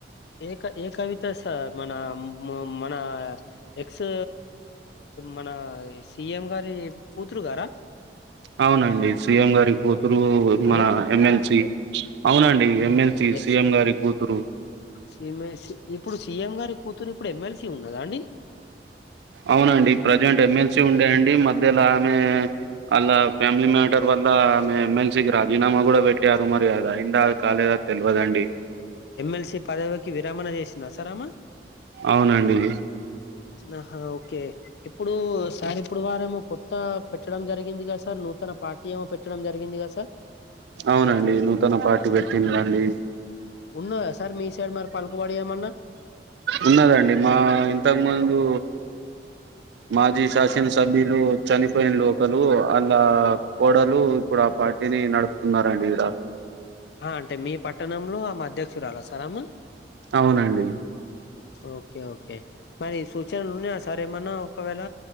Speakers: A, on the left; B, on the right.
A: ఏ ఏ కవిత సార్ మన ఉ మన ఎక్స్ మన సిఎం గారి కూతురు గారా
B: అవునండి సీఎం గారి కూతురు
A: హలో
B: మన ఎమ్మెల్సి అవునండి ఎమ్మెల్సీ
A: ఎక్స్
B: సిఎం గారి కూతురు
A: సీఎం సి ఇప్పుడు సీఎం గారి కూతురు ఇప్పుడు ఎమ్మెల్సీ ఉన్నదా అండి
B: అవునండి ప్రజెంట్ ఎమ్మెల్ సి ఉండేయండి మధ్యలో ఆమె అలా ఫ్యామిలీ మ్యాటర్ వల్ల ఎం ఎమ్మెల్స్ కి రాజీనామా కూడా పెట్టరు మరియాద అంద కాలేద త తెల్వదండి
A: ఎమ్మెల్సీ పదవికి విరామణ చేసిందా సార్ అమా
B: అవునండి
A: ఆహా ఓకే ఇప్పుడు సారి ఇప్పుడు వారేమో కొత్త పెట్టడం జరిగిందిగా సార్ నూతన పార్టీ ఏమో పెట్టడం జరిగిందిగా సార్
B: అవునండి నూతన పార్టీ పెట్టిరెండి
A: ఉన్నదా సార్ మీ సైడ్ మరి పలుకుబడియమన్నా
B: ఉన్నదండి మా ఇంతకు ముందు మాజీ శాసన సభ్యులు చనిపోయిన లోకలు అలా కోడలు ఇప్పుడు ఆ పార్టీని నడుపుతున్నారంండి ఇక్కడ
A: ఆ అంటే మీ పట్టణంలో ఆమె అధ్యక్షురాలా సార్ అమా
B: అవునండి
A: ఓకే ఓకే మరి సూచనలున్నా ఆ సార్ ఏమన్నా ఒకవేళ